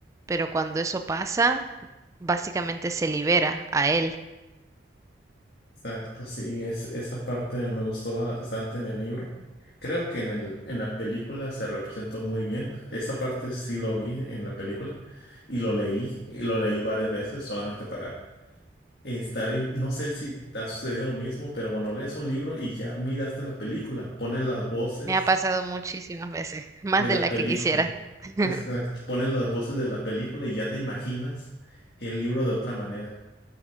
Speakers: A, on the right; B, on the left.
A: pero cuando eso pasa, básicamente se libera a él.
B: Exacto, sí, es, esa parte me gustó bastante en el libro. Creo que en el, en la película se representó muy bien. Esa parte sí lo vi en la película y lo leí, y lo leí varias veces solamente para estar, en- no sé si te ha sucedido lo mismo, pero cuando lees un libro y ya miraste la película, ponen las voces
A: Me ha pasado muchísimas veces, <laughs> más
B: de la
A: de la
B: película.
A: que quisiera. <laughs>
B: Exacto, ponen las voces de la película y ya te imaginas el libro de otra manera.